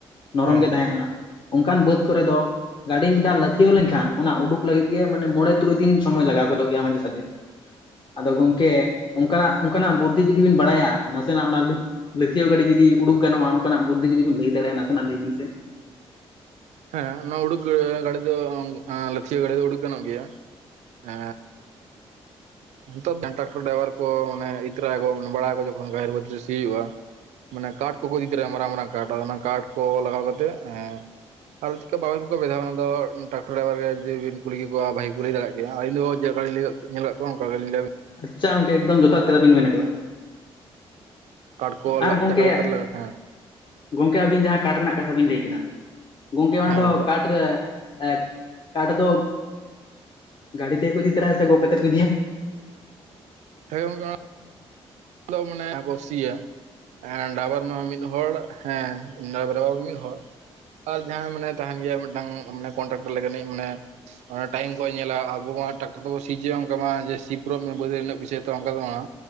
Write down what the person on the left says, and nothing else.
ᱱᱚᱨᱚᱢ
ᱜᱮ
ᱛᱟᱦᱮᱸᱱᱟ ᱚᱱᱠᱟᱱ ᱵᱟᱹᱫᱽ ᱠᱚᱨᱮ ᱫᱚ ᱜᱟᱹᱰᱤ ᱢᱤᱫ ᱫᱷᱟᱣ ᱞᱟᱹᱛᱷᱤᱟᱹᱣ ᱞᱮᱱᱠᱷᱟᱱ ᱚᱱᱟ ᱩᱰᱩᱠ ᱞᱟᱹᱜᱤᱫ ᱜᱮ ᱢᱟᱱᱮ ᱢᱚᱬᱮ ᱛᱩᱨᱩᱭ ᱫᱤᱱ ᱥᱚᱢᱚᱭ ᱞᱟᱜᱟᱣ ᱜᱚᱫᱚᱜ ᱜᱤᱭᱟ ᱢᱟᱡᱮ ᱥᱟᱡᱮ, ᱟᱫᱚ ᱜᱚᱝᱠᱮ ᱚᱱᱠᱟᱱᱟᱜ ᱚᱱᱠᱟᱱᱟᱜ ᱵᱩᱨᱫᱽᱫᱷᱤ ᱡᱩᱫᱤ ᱵᱮᱤᱱ ᱵᱟᱲᱟᱭᱟ ᱱᱟᱥᱮᱱᱟᱜ ᱚᱱᱟ ᱞᱟᱹᱭ ᱞᱟᱹᱛᱷᱤᱭᱟᱹ ᱜᱟᱹᱰᱤ ᱡᱩᱫᱤ ᱩᱰᱩᱠ ᱜᱟᱱᱚᱜ-ᱟ ᱚᱱᱠᱟᱱᱟᱜ ᱵᱫᱽᱫᱷᱤ ᱡᱩᱫᱤ ᱵᱤᱱ ᱞᱟᱹᱭ ᱫᱟᱲᱭᱟᱜ-ᱟ ᱱᱟᱥᱮᱱᱟᱜ ᱞᱟᱹᱭ ᱵᱤᱱ ᱥᱮ,
ᱟᱪᱷᱟ ᱜᱚᱢᱠᱮ ᱮᱠᱫᱚᱢ ᱡᱚᱛᱷᱟᱛ ᱠᱟᱛᱷᱟ ᱵᱤᱱ ᱢᱮᱱ ᱟᱠᱟᱫᱟ,
ᱟᱨ ᱜᱚᱢᱠᱮ
ᱜᱚᱢᱠᱮ ᱟᱹᱵᱤᱱ ᱡᱟᱦᱟᱸ ᱠᱟᱴᱷ ᱨᱮᱱᱟᱜ ᱠᱟᱛᱷᱟ ᱵᱤᱱ ᱞᱟᱹᱭ ᱠᱮᱫᱟ ᱜᱚᱢᱠᱮ ᱚᱱᱟ
ᱫᱚ
ᱠᱟᱴᱷᱨᱮ ᱮᱠ ᱠᱟᱴᱷ ᱫᱚ ᱜᱟᱰᱤ ᱛᱮᱜᱮᱠᱚ ᱤᱫᱤ ᱛᱟᱨᱟᱭᱟ ᱥᱮ ᱜᱚᱜ ᱠᱟᱛᱮᱜ ᱠᱚ ᱤᱫᱤᱭᱟ